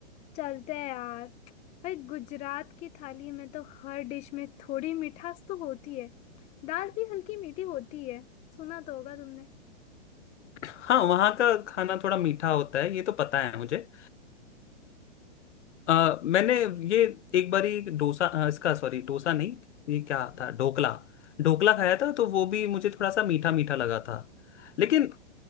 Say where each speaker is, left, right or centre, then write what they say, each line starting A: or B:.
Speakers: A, on the left (about 20°); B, on the left (about 80°).
A: चलते हैं यार भाई गुजरात की थाली में तो हर डिश में थोड़ी मिठास तो होती है दाल भी हल्की मीठी होती है सुना तो होगा तुमने
B: हाँ वहाँ का खाना थोड़ा मीठा होता है ये तो पता है मुझे अ, मैंने ये एक बारी डोसा अ, इसका सॉरी डोसा नहीं ये क्या था ढोकला ढोकला खाया था तो वो भी मुझे थोड़ा सा मीठा मीठा लगा था लेकिन